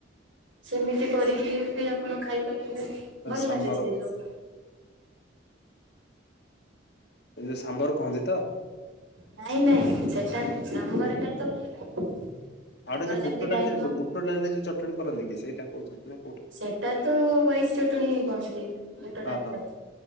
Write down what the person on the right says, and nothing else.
ସେମିତି କରିକି ବି ଆପଣ ଖାଇପାରିବେ। ଭଲ
ଲାଗେ ସେଇ ସବୁ।
ନାଇଁ ନାଇଁ ସେଟା ନାଇଁ ସାମ୍ୱରଟା ତ ଅଲଗା। ଆମର
ଯେମିତି
ଡାଲମା
ସେଟା ତ ହ୍ୟାଇଟ ଚଟଣି ହିଁ କୁହନ୍ତି ବୁଟ
ଡାଲିବାଲା।